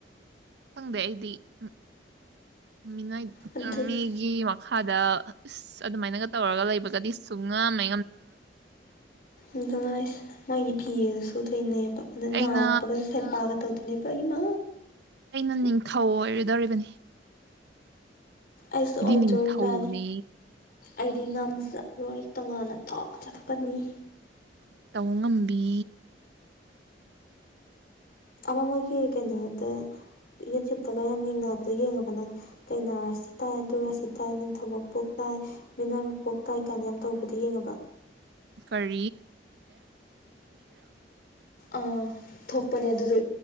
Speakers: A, on the right; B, on the left.
A: ꯈꯪꯗꯦ ꯑꯩꯗꯤ ꯎꯝ ꯃꯤꯅ
B: ꯑꯗꯨꯅ
A: ꯃꯤꯒꯤ ꯃꯈꯥꯗ ꯑꯗꯨꯃꯥꯏꯅꯒ ꯇꯧꯔꯒ ꯂꯩꯕꯒꯗꯤ ꯁꯨꯡ ꯉꯝꯃꯦ
B: ꯁꯦ <inaudible> ꯃꯥꯒꯤ ꯐꯤꯗꯨꯁꯨ ꯊꯣꯏꯅꯩꯕ ꯑꯗ
A: ꯑꯩꯅ
B: ꯅꯥꯔꯛꯄꯒ ꯁꯦꯄꯒ ꯇꯧꯗꯣꯏꯅꯦꯕ ꯑꯩꯒꯤꯃ
A: ꯅ ꯅꯤꯡꯊꯧ ꯑꯣꯏꯔꯗꯧꯔꯤꯕꯅꯤ
B: ꯑꯩꯁꯨ ꯑꯣꯏꯗꯣꯔꯤꯕꯅꯤ
A: ꯅꯤꯡꯊꯧꯅꯦ
B: ꯑꯩꯗꯤ ꯉꯝꯁ ꯆꯠꯔꯣꯏ ꯇꯣꯉꯥꯟꯅ ꯊꯥꯎ ꯆꯠꯊꯛꯀꯅꯤ
A: ꯇꯧꯉꯝꯕꯤ
B: ꯑꯃ ꯃꯣꯏꯒꯤ ꯀꯩꯅꯣꯗ ꯌꯨꯇ꯭ꯌꯨꯨꯞꯇꯒ ꯌꯥꯝ ꯌꯦꯡꯅꯕꯗꯣ ꯌꯦꯡꯉꯕ ꯅꯪ ꯀꯩꯅꯥꯔꯥꯁꯤ ꯇꯥꯏ ꯑꯗꯨ ꯔꯁꯤ ꯇꯥꯏ ꯅꯤꯡꯊꯧ ꯃꯄꯣꯛꯅ ꯃꯤꯅꯥꯏ ꯃꯄꯣꯛ ꯇꯥꯏ ꯀꯥꯏꯅ ꯌꯥꯝ ꯇꯧꯕꯗ ꯌꯦꯡꯉꯕ
A: ꯀꯩ
B: ꯑꯥ ꯊꯣꯛꯄꯅꯦ ꯑꯗꯨꯗ